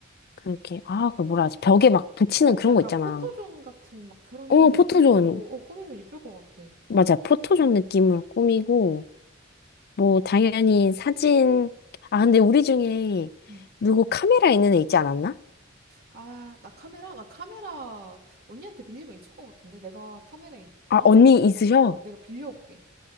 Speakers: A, on the left (about 50°); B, on the right (about 50°).
A: 그렇게, 아, 그 뭐라 하지? 벽에 막 붙이는
B: 어,
A: 그런
B: 약간
A: 거 있잖아.
B: 포토존 같은 막 그런
A: 어,
B: 느낌으로
A: 포토존.
B: 어, 꾸미면 예쁠 것 같아.
A: 맞아. 포토존 느낌으로 꾸미고, 뭐, 당연히 사진, 아, 근데 우리 중에
B: 음.
A: 누구 카메라 있는 애 있지 않았나?
B: 아, 나 카메라? 나 카메라 언니한테 빌리면 있을 것 같은데? 내가 카메라 있-
A: 아,
B: 아마
A: 언니
B: 있는 것
A: 있으셔?
B: 같아. 어, 내가 빌려올게.